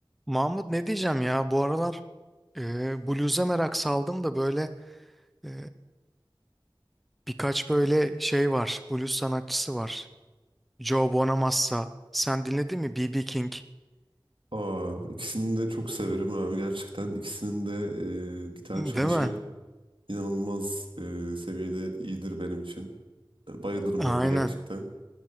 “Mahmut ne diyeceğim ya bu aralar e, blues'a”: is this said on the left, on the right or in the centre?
Centre